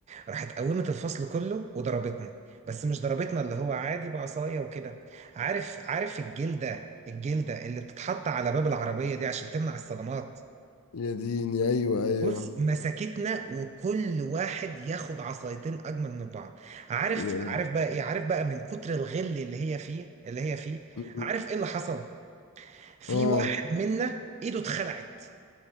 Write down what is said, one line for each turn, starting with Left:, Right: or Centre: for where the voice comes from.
Right: راحت قومت الفصل كله وضربتنا بس مش ضربتنا اللي هو عادي بعصاية وكده عارف عارف الجلدة الجلدة اللي بتتحط على باب العربية دي عشان تمنع الصدمات
Left: يا ديني ايوه ايوه
Right: بص مسكتنا وكل واحد ياخد عصايتين اجمل من بعض عارف
Left: يا
Right: عارف بقى ايه عارف بقى من كتر الغل اللي هي فيه اللي هي فيه
Left: لهوي.
Right: عارف ايه اللي حصل في
Left: اه
Right: واحد منا ايده اتخلعت